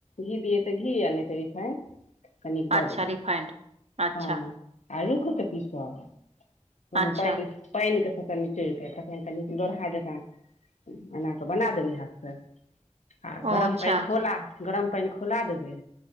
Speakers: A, on the left; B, on the right.
A: घी दीए त घी आ नैय त रिफाइन। कनिक दऽ
B: अच्छा
A: देबै
B: रिफाइंड अच्छा
A: हँ आ रूख कऽ पीसबऽ। ओयमे
B: अच्छा
A: पानैय पानैप के निचोर क लोढ़हा जकाँ। ऐना कऽ बना देबै हाथसँ आ
B: ओ
A: गरम
B: अच्छा
A: पानि खोला। गरम पैन खौला देबै।